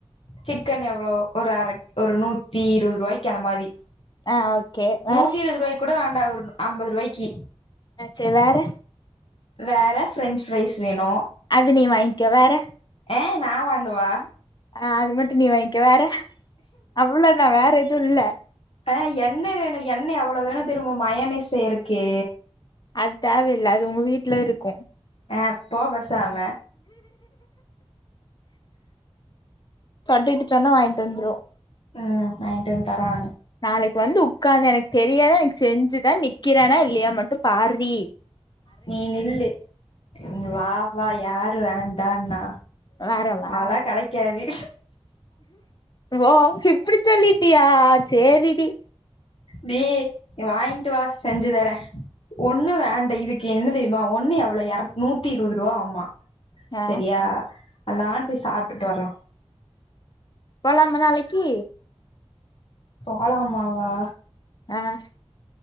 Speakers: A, on the left; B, on the left.
A: சிக்கன் எவ்வளோ ஒரு அர ஒரு நூத்தி இருபது ருவாய்க்கு அந்த மாதி
B: ஆ ஓகே வேற
A: நூத்தி இருவது ரூவாய்க் கூட வேண்டா ஒரு அம்பது ரூவாய்க்கு
B: ஆ சரி வேற
A: வேறு ஃப்ரெஞ்சு ஃப்ரைஸ் வேணு
B: அது நீ வாங்கிக்க வேற
A: ஏ நா வாங்குவா
B: ஆ அது மட்டும் நீ வாங்கிக்க வேற அவ்வளோதா வேற எதுவு இல்ல
A: ஆ எண்ண வேணு எண்ண எவ்வளோ வேணு தெரியுமா மயனேஸ் செய்யறக்கு
B: அது தேவையில்ல அது உங்க வீட்டுல இருக்கும்
A: ஆ போ பசாம
B: சொட்டேட்ட சொன்னா வாங்கிட்டு வந்துரும்
A: ஆ வாங்கிட்டு வந்து தரா
B: நாளைக்கு வந்து உட்காந்து எனக்கு தெரியாத எனக்கு செஞ்சுதா நிக்கிறேனா இல்லையா மட்டு பார்றி
A: நீ நில்லு வா வா யாரு வேண்டாண்ணா
B: வேற
A: அதல்லா கெடைக்காது
B: ஓ இப்படி சொல்லிட்டியா சேரிடி
A: டீ நீ வாங்கிட்டு வா செஞ்சு தரே ஒண்ணு வேண்ட இதுக்கு என்ன தெரியுமா ஒன்னு எவ்வள எற நூத்தி இருவத்ருவா ஆகுமா
B: ஆ
A: சரியா எல்லாரும் போய் சாப்பிட்டுட்டு வரலாம்
B: போலாமா நாளைக்கி
A: போலாமாவா
B: ஆ